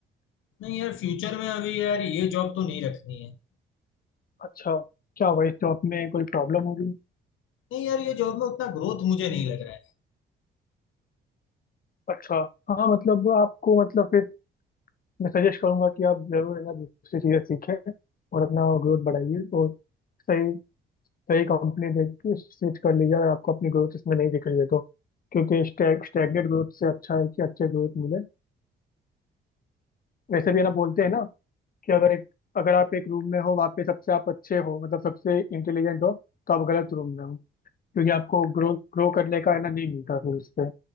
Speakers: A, on the left (about 85°); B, on the left (about 45°).
A: नहीं यार फ्यूचर में अभी यार ये जॉब तो नहीं रखनी है
B: अच्छा क्या हुआ इस जॉब में कोई प्रॉब्लम हो रही
A: नहीं यार ये जॉब में उतना ग्रोथ मुझे नहीं लग रहा है
B: अच्छा हाँ मतलब आपको मतलब फिर मैं सजेस्ट करूंगा कि आप जरूर है ना दूसरी चीज़ें सीखें और अपना ग्रोथ बढ़ाइए तो सही सही कंपनी देख के स्विच कर लीजिए अगर आपको अपनी ग्रोथ इसमें नहीं दिख रही है तो क्योंकि स्टैग स्टैगनेट ग्रोथ से अच्छा है कि अच्छे ग्रोथ मिले वैसे भी है ना बोलते हैं ना कि अगर एक अगर आप एक रूम में हो वहाँ पे सबसे आप अच्छे हो मतलब सबसे इंटेलिजेंट हो तो आप गलत रूम में हो क्योंकि आपको ग्रो ग्रो करने का है ना नहीं मिलता फिर उससे